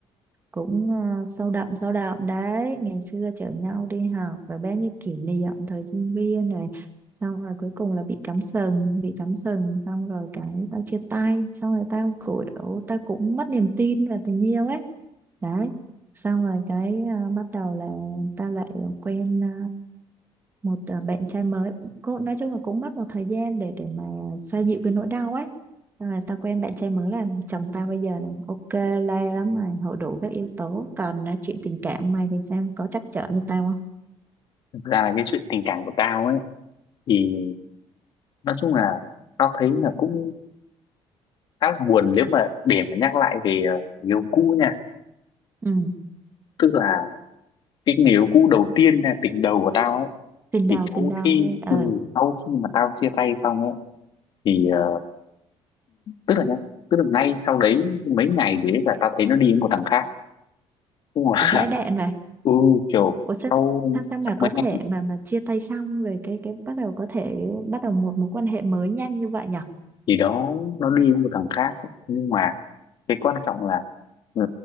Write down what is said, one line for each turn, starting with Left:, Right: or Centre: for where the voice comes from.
Right: cũng ờ, sâu đậm sâu đậm đấy ngày xưa chở nhau đi học và bao nhiêu kỷ niệm thời sinh viên này xong rồi cuối cùng là bị cắm sừng bị cắm sừng xong rồi cái tao chia tay xong rồi tao kiểu tao cũng mất niềm tin vào tình yêu ấy đấy xong rồi cái à, bắt đầu là tao lại quen ờ, một à, bạn trai mới cô nói chung là cũng mất một thời gian để để mà xoa dịu cái nỗi đau ấy Xong rồi tao quen bạn trai mới là chồng tao bây giờ này ok le lắm mày hội đủ các yếu tố còn nói chuyện tình cảm mày thì sao có trắc trở như tao không
Left: thực ra là cái chuyện tình cảm của tao ấy thì nói chung là tao thấy là cũng khá là buồn nếu mà để mà nhắc lại về ờ, người yêu cũ nha
Right: ừ
Left: tức là cái người yêu cũ đầu tiên là tình đầu của tao ấy
Right: tình đầu
Left: thì sau
Right: tình đầu
Left: khi
Right: đấy ờ
Left: ừ, sau khi mà tao chia tay xong ấy thì ờ, tức là nhá tức là ngay sau đấy mấy ngày thì ấy là tao thấy nó đi với một thằng khác nhưng mà <laughs>
Right: ừ. vãi đạn này.
Left: ừ kiểu
Right: ủa sao
Left: sau
Right: sao sao mà
Left: sau
Right: có
Left: mấy ngày
Right: thể mà mà chia tay xong rồi cái cái bắt đầu có thể bắt đầu một mối quan hệ mới nhanh như vậy nhở?
Left: thì đó nó đi với một thằng khác nhưng mà cái quan trọng là ừ,